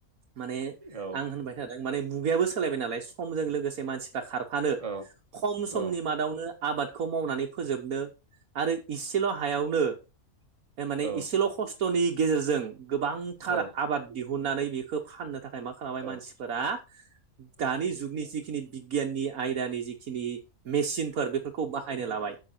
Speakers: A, on the right (about 70°); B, on the right (about 25°).
A: माने
B: औ
A: आं होनबाय थादों माने मुगायाबो सोलायबाय नालाय समजों लोगोसे मानसिफ्रा खारबाय फानो
B: औ
A: खम समनि
B: औ
A: मादावनो आबादखौ मावनानै फोजोबनो आरो इसेल' हायावनो माने
B: औ
A: इसेल' खस्थ'नि गेजेरजों गोबांथार
B: औ
A: आबाद दिहुननानै बेखौ फाननो थाखाय मा खालामबाय मानसिफोरा
B: औ
A: दानि जुगनि जिखिनि बिगियाननि आयदानि जिखिनि मेसिनफोर बे खौ बाहायनो लाबाय